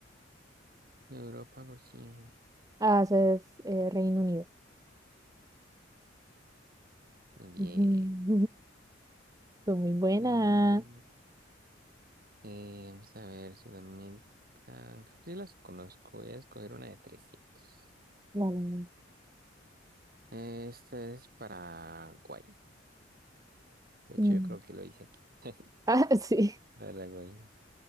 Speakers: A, on the right (about 50°); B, on the right (about 20°).
A: Europa por cien
B: Haces eh, Reino Unido.
A: Muy bien.
B: <laughs> Fue muy buena.
A: Mm, eh, vamos a ver, Sudamérica. Creo que sí las conozco. Voy a escoger una de trescientos
B: Vale.
A: Este es Paraguay. De hecho,
B: Mm.
A: yo creo que lo hice aquí. <laughs>
B: Ah, <laughs> sí.
A: Paraguay.